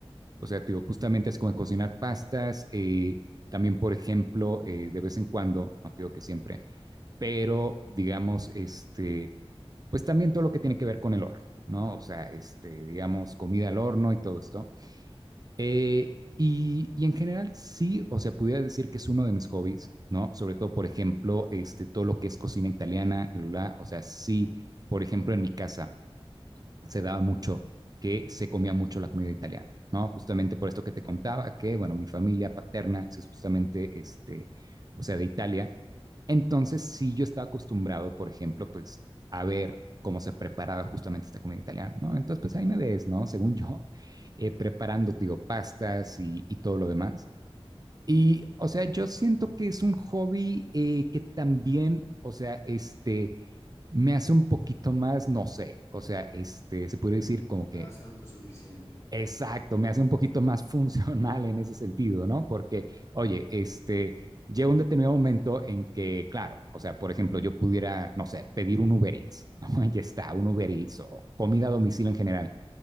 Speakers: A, on the right; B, on the left.
A: o sea, digo, justamente es como de cocinar pastas, eh, también, por ejemplo, eh, de vez en cuando, no digo que siempre, pero digamos, este, pues también todo lo que tiene que ver con el horno, ¿no? O sea, este, digamos, comida al horno y todo esto. Eh, y, y, en general, sí, o sea, pudiera decir que es uno de mis hobbies, ¿no? Sobre todo, por ejemplo, este, todo lo que es cocina italiana, bla, bla, bla. o sea, sí, por ejemplo, en mi casa, se daba mucho que se comía mucho la comida italiana, ¿no? Justamente por esto que te contaba, que, bueno, mi familia paterna es justamente, este, o sea, de Italia. Entonces, sí, yo estaba acostumbrado, por ejemplo, pues, a ver cómo se preparaba justamente esta comida italiana, ¿no? Entonces, pues ahí me ves, ¿no? Según yo, eh, preparando, digo, pastas y, y todo lo demás. Y, o sea, yo siento que es un hobby eh, que también, o sea, este, me hace un poquito más, no sé, o sea, este, se puede decir como
B: Ah,
A: que,
B: ser autosuficiente.
A: exacto, me hace un poquito más <laughs> funcional en ese sentido, ¿no? Porque, oye, este, llega un determinado momento en que, claro, o sea, por ejemplo, yo pudiera, no sé, pedir un Uber Eats, ¿no? <laughs> Ya está, un Uber Eats o comida a domicilio en general.